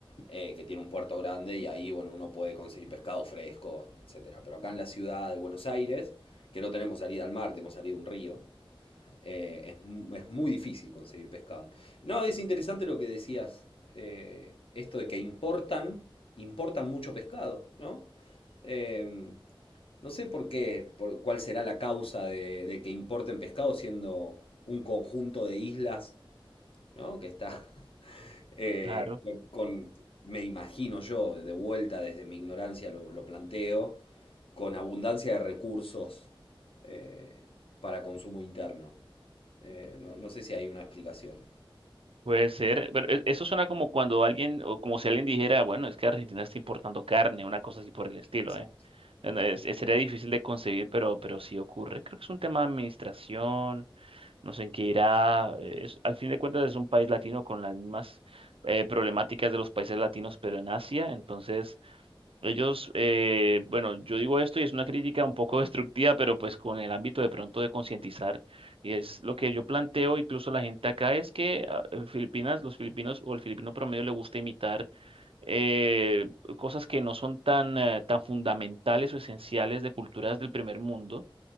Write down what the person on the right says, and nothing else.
Claro,
puede ser. Pero e- eso suena como cuando alguien, o como si alguien dijera, bueno, es que Argentina está importando carne, una cosa así por el estilo,
¿eh? No, es- es- sería difícil de concebir, pero, pero sí ocurre. Creo que es un tema de administración, no sé en qué irá. eh, es- al fin de cuentas es un país latino con las mismas eh, problemáticas de los países latinos, pero en Asia, entonces... Ellos, eh, bueno, yo digo esto y es una crítica un poco <laughs> destructiva, pero pues con el ámbito de pronto de concientizar. Y es lo que yo planteo, incluso la gente acá, es que ah, en Filipinas, los filipinos o el filipino promedio le gusta imitar eh, cosas que no son tan, eh, tan fundamentales o esenciales de culturas del primer mundo